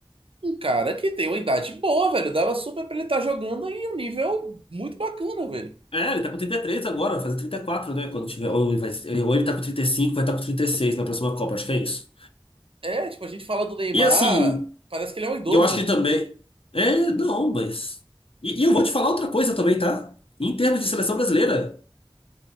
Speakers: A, on the right (about 75°); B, on the left (about 80°).
A: um cara que tem uma idade boa, velho. Dava super pra ele estar jogando em um nível muito bacana, velho.
B: É, ele tá com 33 agora, vai fazer 34, né? Quando tiver, ou ele, vai, ele- ou ele tá com 35, vai estar tá com 36 na próxima Copa, acho que é isso.
A: É, tipo, a gente fala do Neymar,
B: E assim,
A: parece que ele é um idoso.
B: eu acho que ele também. É, não, mas. E, e eu vou te falar outra coisa também, tá? Em termos de seleção brasileira.